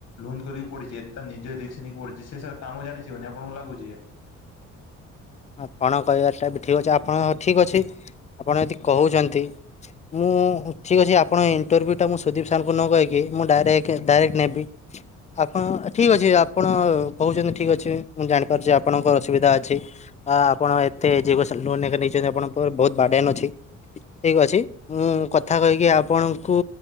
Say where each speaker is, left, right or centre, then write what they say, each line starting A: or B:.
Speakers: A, on the left (about 60°); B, on the left (about 25°).
A: ଲୋନ୍ କରିକି ପଢିଛି ଏତେ ନିଜେ ରିକ୍ସ ନେଇକି ପଢୁଛି ସେ ସାର୍ କାମ ଜାଣିଥିବେନି ଆପଣ। କଣ ଲାଗୁଛି?
B: ଆପଣ କହିବାଟା ବି ଠିକ ଅଛି ଆପଣଙ୍କ ଠିକ ଅଛି। ଆପଣ ଯଦି କହୁଛନ୍ତି ମୁଁ ଠିକ୍ ଅଛି ଆପଣ ଇଣ୍ଟରଭ୍ୟୁଟା ମୁଁ ସୁଦୀପ ସାରଙ୍କୁ ନ କହିକି। ମୁଁ ଡାଇରେକ୍ଟ ନେବି ଆପଣ ଠିକ ଅଛି ଆପଣ କହୁଛନ୍ତି ଠିକ ଅଛି। ମୁଁ ଜାଣିପାରୁଛି ଆପଣଙ୍କର ଅସୁବିଧା ଅଛି। ହଁ ଆପଣ ଏତେ ଯାକ ନେଇଛନ୍ତି ଆପଣଙ୍କ ବହୁତ ବାଡଆନ ଅଛି। ଠିକ ଅଛି ମୁଁ କଥା କହିକି ଆପଣଙ୍କୁ